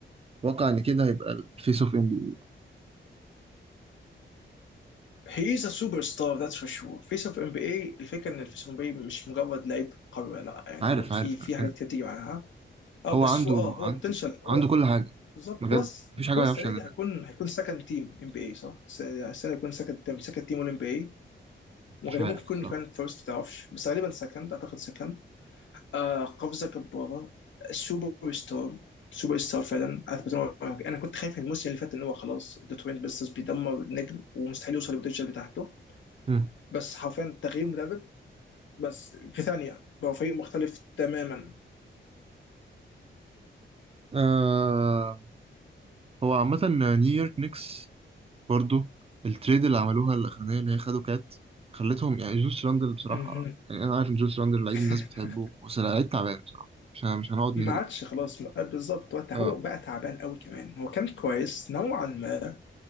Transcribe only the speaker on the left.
هي از سوبر ستار ذاتس فور شور فيس اوف ام بي اي الفكره ان الفيس اوف ام بي اي مش مجرد لعيب قوي لا يعني
برضه في
في
حاجات كتير بتيجي معاها اه
بس
هو اه هو
بوتنشال
هو
بالظبط
هو الس-
هو
السنه
دي هيكون هيكون سكند تيم ام بي اي صح؟ السنه دي السنة دي هيكون سكند تيم سكند تيم والام بي اي وغالبا
ممكن
يكون كمان فيرست ما تعرفش بس غالبا سكند اعتقد سكند آه قفزه جباره سوبر ستار سوبر ستار فعلا أثبت إن هو- انا كنت خايف الموسم اللي فات ان هو خلاص الدوتوين بيسترز بيدمر النجم ومستحيل يوصل للبوتنشال بتاعته
بس حرفيا تغيير مدرب بس في ثانيه بقى فريق مختلف تماما
مهم.
<laughs>
ما
عادش
خلاص ما- بالظبط وقتها
هو بقى تعبان قوي كمان هو كان كويس نوعا ما